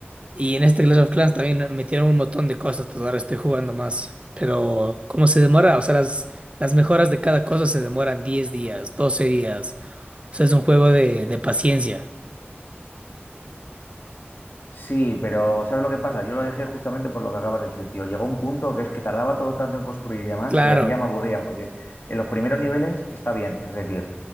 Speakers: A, on the right; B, on the left.
A: Y en este Clash of Clans también metieron un montón de cosas, entonces ahora estoy jugando más. Pero ¿cómo se demora? O sea, las, las mejoras de cada cosa se demoran 10 días, 12 días. O sea, es un juego de, de paciencia.
B: Sí, pero ¿sabes lo que pasa? Yo lo dejé justamente por lo que acabas de decir, tío. Llegó un punto que es que tardaba todo tanto en construir y demás
A: Claro.
B: que a mí ya me aburría, porque en los primeros niveles está bien, es decir,